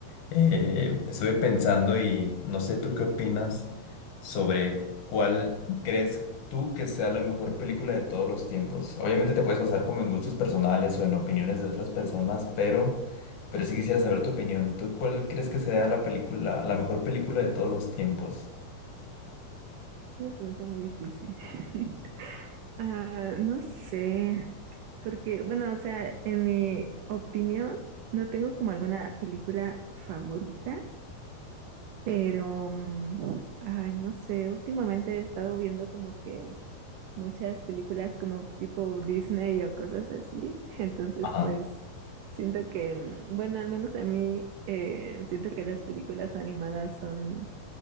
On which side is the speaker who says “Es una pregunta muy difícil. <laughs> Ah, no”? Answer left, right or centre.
Right